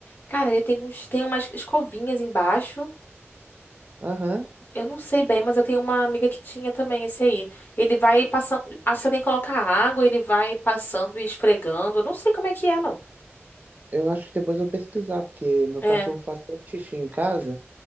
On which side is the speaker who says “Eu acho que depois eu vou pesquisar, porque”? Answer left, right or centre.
Right